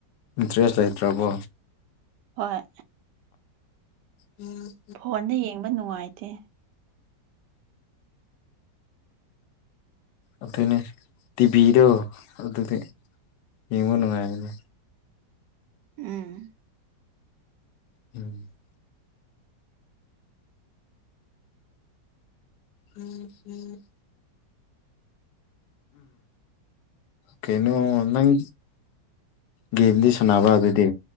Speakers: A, on the left; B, on the right.
A: ꯗ꯭ꯔꯦꯁ ꯂꯩꯇ꯭ꯔꯕꯣ
B: ꯍꯣꯏ
A: ꯎꯝ
B: ꯐꯣꯟꯗ ꯌꯦꯡꯕ ꯅꯨꯡꯉꯥꯏꯇꯦ <inaudible>
A: ꯑꯗꯨꯅꯦ ꯇꯤꯕꯤꯔꯣ ꯑꯗꯨꯗꯤ ꯌꯦꯡꯕꯣ ꯅꯨꯡꯉꯥꯏꯕꯅꯦ
B: ꯎꯝ
A: <inaudible> ꯎꯝ ꯎꯝ ꯀꯩꯅꯣ ꯅꯪ ꯒꯦꯝꯗꯤ ꯁꯥꯟꯅꯕꯔꯥ ꯑꯗꯨꯗꯤ